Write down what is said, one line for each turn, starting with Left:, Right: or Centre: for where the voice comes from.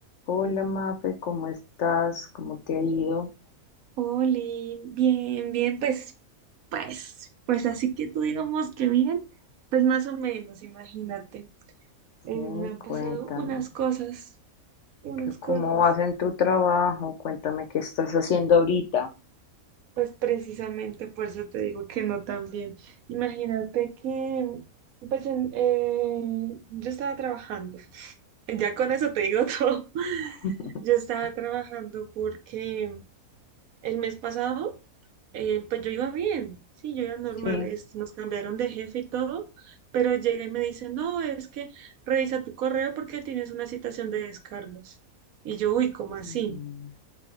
Left: Hola Mafe, ¿cómo estás? ¿Cómo te ha ido?
Right: Oli, bien, bien, pues, pues, pues así que tú digamos que bien, pues más o menos, imagínate.
Left: Sí,
Right: Eh, me han
Left: cuéntame.
Right: pasado unas cosas, unas
Left: ¿Qué- ¿Cómo
Right: cosas,
Left: vas en tu trabajo? Cuéntame qué estás haciendo ahorita.
Right: pues precisamente por eso te digo que no tan bien. Imagínate que, pues, en- eh, yo estaba trabajando, <laughs> ya con eso te digo todo. <laughs>
Left: <laughs>
Right: Yo estaba trabajando porque el mes pasado Eh, pues yo iba bien, sí, yo iba normal,
Left: Sí.
Right: es- nos cambiaron de jefe y todo, pero llega y me dice, no, es que revisa tu correo porque tienes una citación de descargos. Y yo, uy, ¿cómo
Left: Mm.
Right: así?